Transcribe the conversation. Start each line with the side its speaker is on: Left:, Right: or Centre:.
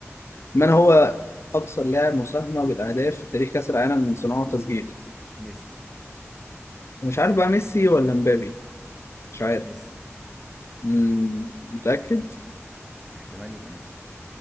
Left: من هو أكثر لاعب مساهمة بالأهداف في تاريخ كأس العالم من صناعة وتسجيل
Centre: ميسي
Left: مش عارف بقى ميسي ولا مبابي مش عارف
Centre: ميسي
Left: مم. متأكد
Centre: احتمال يبقى ميسي